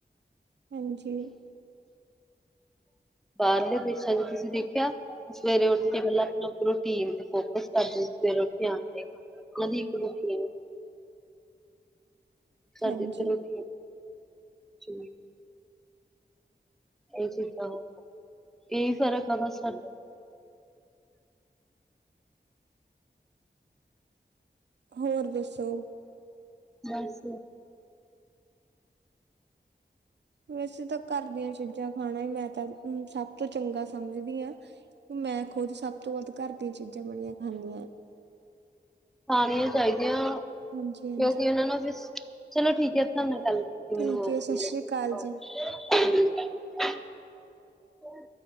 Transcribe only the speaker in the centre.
ਬਾਹਰਲੇ ਦੇਸਾਂ ਚ ਤੁਸੀਂ ਦੇਖਿਆ ਸਵੇਰੇ ਉੱਠ ਕੇ ਮਤਲਬ ਆਪ ਰੂਟੀਨ ਤੇ ਫੋਕਸ ਕਰਦੇ ਸਵੇਰੇ ਉੱਠ ਆਦੇ ਉਹ ਦੀ ਇੱਕ ਰੂਟੀਨ ਕਰਦੀ
ਥੇ ਰੋਟੀ ਜੀ, ਇਹ ਚੀਜ਼ਾਂ ਹੋ ਇਹੀ ਫ਼ਰਕ ਆ ਬਸ ਸਾਨੂੰ।
ਬਸ
ਖਾਣੀਆਂ ਚਾਹੀਦੀਆਂ,
ਕਿਉਂਕਿ ਉਹਨਾਂ ਨਾਲ ਫ਼ਿਸ ਚਲੋ ਠੀਕ ਹੈ। ਤੁਹਾਡੇ ਨਾਲ ਗਲ ਕਰ ਕੇ ਮੈਨੂੰ
ਬਹੁਤ
ਵਧੀਆ
ਲੱਗਾ। <unintelligible>